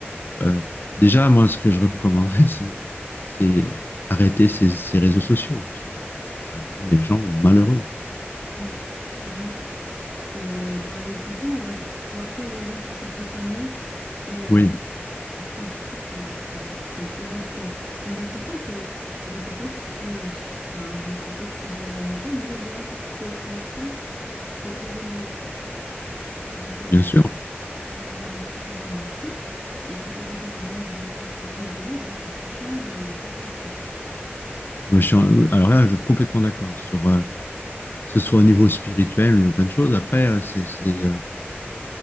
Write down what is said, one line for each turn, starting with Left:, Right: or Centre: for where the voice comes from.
Left: Euh, déjà, moi, ce que je recommanderais, <laughs> c'est, c'est arrêter ces, ces réseaux sociaux. Ça, ça rend les gens malheureux.
Centre: Oui, ben oui. Parce que dans les réseaux sociaux, on va voir que les gens qui sont épanouis. Et euh,
Left: Oui,
Centre: Et puis, je trouve ça, ça, c'est désastreux. Et J'ai l'impression que, je sais pas si, je- enfin, je sais pas si j'ai raison ou pas, mais j'ai l'impression que le sens peut évoluer. Donc, euh,
Left: bien
Centre: des-
Left: sûr.
Centre: on a certaines convictions et c'est tout à fait normal de, que ça évolue ou bien que ça change, il n'y a pas de souci.
Left: Moi, je suis en- alors là, je suis complètement d'accord sur euh, que ce soit au niveau spirituel, au niveau plein de choses. Après, euh, c'est, c'est, euh,